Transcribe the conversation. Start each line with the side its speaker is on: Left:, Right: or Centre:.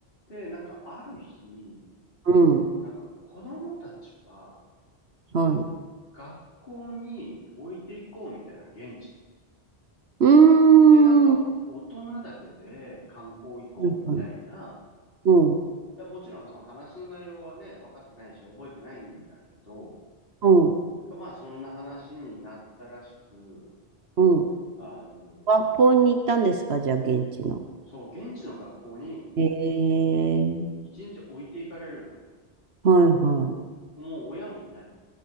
Left: で、なんかある日、
Right: うん、
Left: なんか子供たちは
Right: はい。
Left: 学校に置いていこうみたいな現地の。
Right: うー
Left: で、なんか大人だけで観光行こうみたいな
Right: ん。はい、はい。うん、
Left: やもちろんその話の内容はね、分かってないし、覚えてないんだけど、
Right: うん、
Left: なんかまあそんな話になったらしく、
Right: うん。
Left: あのー
Right: 学校に行ったんですかじゃあ、現地の。
Left: そう、現地の学校に
Right: ええ
Left: 一日置いていかれるのね。
Right: はいはい。
Left: もう親もいない。